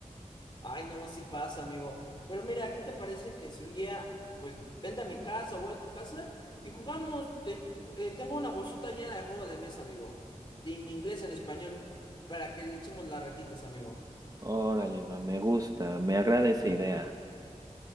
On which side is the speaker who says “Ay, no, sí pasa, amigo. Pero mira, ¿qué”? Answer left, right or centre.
Left